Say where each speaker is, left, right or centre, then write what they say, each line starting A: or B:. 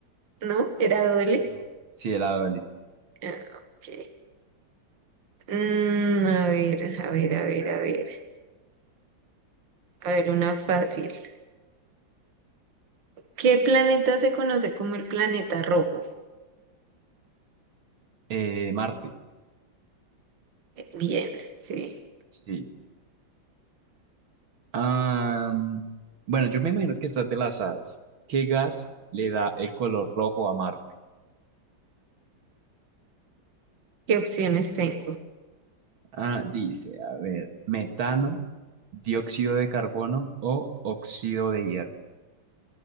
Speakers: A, on the right; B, on the right.
A: ¿no? ¿Era Dole?
B: no, sí era Dolly.
A: Ah, ok. Mm, a ver, a ver, a ver, a ver. A ver, una fácil. ¿Qué planeta se conoce como el planeta rojo?
B: Eh, Marte,
A: Bien, sí.
B: sí. Am, bueno, yo me imagino que esta te la sabes. ¿Qué gas le da el color rojo a Marte?
A: ¿Qué opciones tengo?
B: Ah, dice, a ver, metano, dióxido de carbono o óxido de hierro.